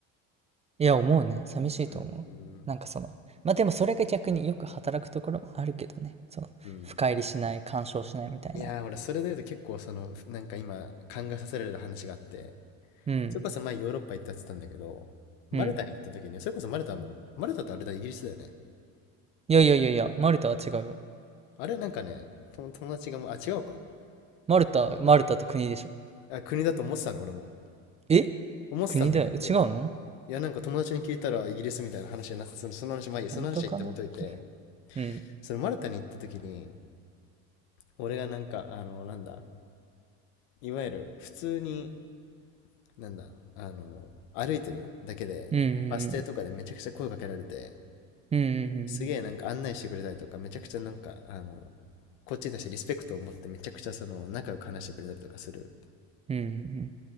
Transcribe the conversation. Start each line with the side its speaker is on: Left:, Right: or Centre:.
Right: いや、思うね。寂しいと思う。
Left: う。うんうん
Right: なんかその、まあでもそれが逆によく働くところもあるけどね。その、
Left: うん。うん。
Right: 深入りしない、干渉しないみたいな。
Left: いやー、俺それで言うと結構その、なんか今、考えさせられる話があって、
Right: うん、
Left: それこそ前ヨーロッパ行ったって言ってたんだけど、マルタに行った時に、
Right: うん。
Left: それこそマルタも、マルタってあれだ、イギリスだよね。
Right: いやいやいやいや、マルタは違うよ。
Left: あれなんかね、と友達がもう、あ、違うか。
Right: マルタ、マルタって国でしょ。
Left: あ、国だと思ってたの、俺も。
Right: え
Left: 思ってたんだけど、
Right: 国だよ。違うの
Left: いや、なんか友達に聞いたらイギリスみたいな話じゃなくて、その、その話、まあいいや、その話は一旦置いといて、
Right: 本当かなうん。
Left: そのマルタに行った時に、俺がなんか、あの、なんだ、いわゆる普通に、なんだ、あの、歩いてるだけで、
Right: うん、うん、
Left: バス停とかでめちゃくちゃ声かけられて、
Right: うん、う
Left: すげえなんか案内してくれたりとか、
Right: ん、
Left: めちゃくちゃなんか、あの、こっちに対してリスペクトを持ってめちゃくちゃその仲良く話してくれたりとかする、
Right: うん、うん、